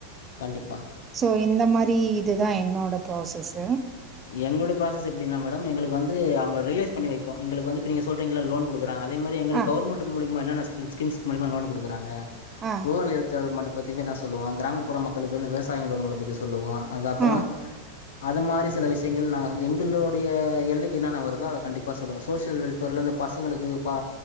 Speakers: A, on the left (about 60°); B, on the right (about 25°).
A: கண்டிப்பா
B: சோ இந்த மாரி இதுதா என்னோடப் ப்ராசஸ்சு
A: எங்ளோடப் ப்ராசஸ் எப்டினா மேடம் எங்களுக்கு வந்து அவுங்க ரிலைஸ் பண்ணி வைப்போ எங்களுக்கு வந்து இப்ப நீங்க சொல்றீங்கள லோன் குடுகறாங்க அதேம் மாரி எங்களுக்
B: அ,
A: கவுர்மெண்ட்டு மூலியமா என்னெனஸ் ஸ்கின்ஸ் மூலியமா லோனு குடுகறாங்க
B: அ,
A: ரூரல் ஹெல்த்த மட்டும் பத்தினா என்னாச் சொல்லுவாங் கிராமப்புற மக்களுக்கு வந்து விவசாயிங்க லோனுங்கலப் பத்திச் சொல்லுவோ அது அப்றோ
B: அ,
A: அது மாரி சில விஷ்யங்கள் நாங்க வந்து எங்களோடைய எல்லைக்கு என்னானா வருதோ அத கண்டிப்பா சொல்லுவே சோஷியல் வெல்ஃபேர்ல இந்தப் பசங்களுக்கு பா